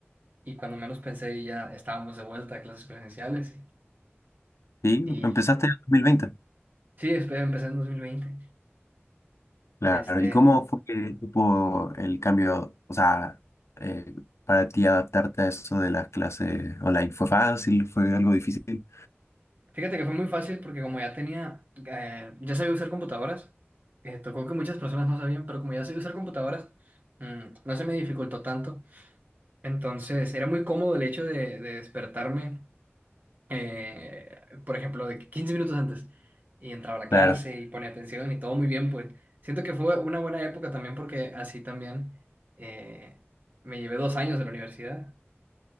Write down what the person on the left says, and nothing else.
Sí,
empezaste en 2020.
Claro,
¿y cómo fue que tipo, el cambio, o sea, eh, para ti adaptarte a eso de las clases online? ¿Fue fácil? ¿Fue algo difícil?
Claro,